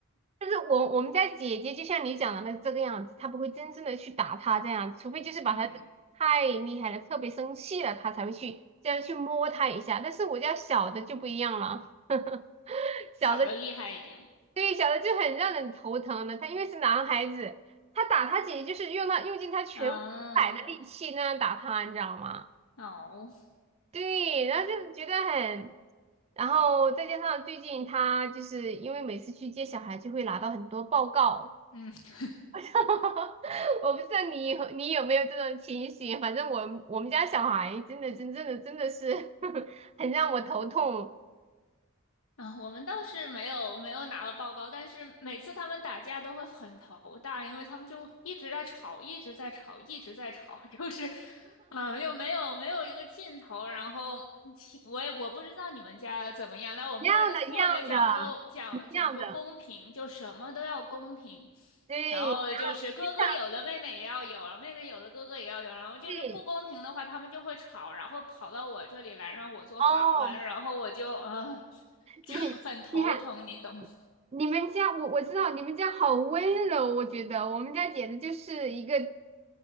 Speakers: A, on the right (about 30°); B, on the left (about 80°).
A: 但是我我们家姐姐就像你讲的那这个样子，她不会真正的去打他这样，除非就是把他太厉害了，
B: 嗯，
A: 特别生气了，他才会去这样去摸他一下。但是我家小的就不一样了，<laughs> 小的
B: 小的厉害一点。
A: 对小的就很让人头疼的，他因为是男孩子，他打他姐姐就是用他用尽他全百的力气那样打他，
B: 嗯，
A: 你知道吗？
B: 好，
A: 对，然后就是觉得很。然后再加上最近他就是因为每次去接小孩就会拿到很多报告，
B: 嗯。
A: <laughs> 我不知道你有你有没有这种情形，反正我们我们家小孩真的真正的真的是 <laughs> 很让我头痛。
B: 啊，我们倒是没有没有拿到报告，但是每次他们打架都会很头大，因为他们就一直在吵，一直在吵，一直在吵，<laughs> 就是，嗯，又没有没有一个尽头。然后嗯其我也我不知道你们家怎么样，但我们家就特别讲究讲讲究公平，
A: 一样的，一样的，一样的，
B: 就什么都要公平。
A: 对，
B: 然后就是哥哥有的妹妹也要有，
A: 非常
B: 然后妹妹有的哥哥也要有，然后就是不公平的话，
A: 对。
B: 他们就会吵，然后跑到我这里来让我做法官，
A: 哦，
B: 然后我就啊。<laughs> 就很头疼，
A: 你你看
B: 你懂？
A: 你们家，我我知道你们家好温柔，我觉得我们家简直就是一个